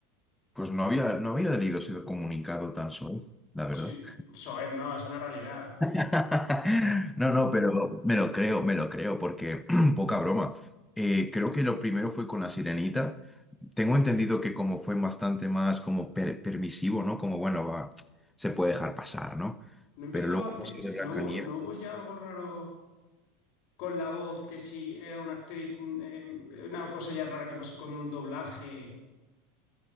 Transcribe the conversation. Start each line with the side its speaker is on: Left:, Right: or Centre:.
Centre: pues no había, no había leído ese comunicado tan suave, la verdad.
Left: Sí, eso es, no, es una realidad.
Centre: <laughs> No, no, pero me lo creo, me lo creo, porque <clears throat> poca broma. Eh, creo que lo primero fue con la sirenita. Tengo entendido que como fue bastante más como per- permisivo, ¿no? Como, bueno, va, se puede dejar pasar, ¿no?
Left: No empezó
Centre: Pero luego
Left: antes,
Centre: como de Blancanieves,
Left: no hubo, no hubo ya algo raro con la voz, que si era una actriz, mm, eh, una cosa ya rara que pasó con un doblaje.